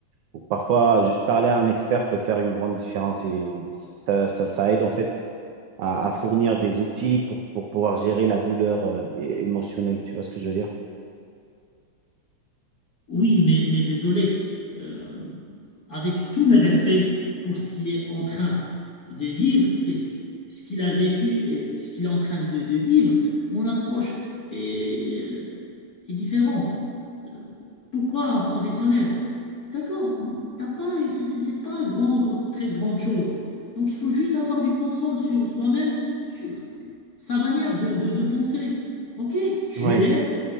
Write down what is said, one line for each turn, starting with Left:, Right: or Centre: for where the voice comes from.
Right: ou parfois, juste parler à un expert peut faire une grande différence et ça, ça, ça aide en fait à, à fournir des outils pour, pour pouvoir gérer la douleur euh, émotionnelle. Tu vois ce que je veux dire?
Left: Oui, mais, mais désolé, euh, avec tous mes respects pour ce qu'il est en train de vivre, qu'est-ce que- ce qu'il a vécu et ce qu'il est en train de, de vivre, mon approche est, euh, est différente. Euh, Pourquoi un professionnel? D'accord, t'as pas, c'est c'est- c'est pas grand, grand- très grande chose. Donc il faut juste avoir du contrôle sur soi-même, sur sa manière de, de de penser. Ok, je
Right: Oui.
Left: l'aime,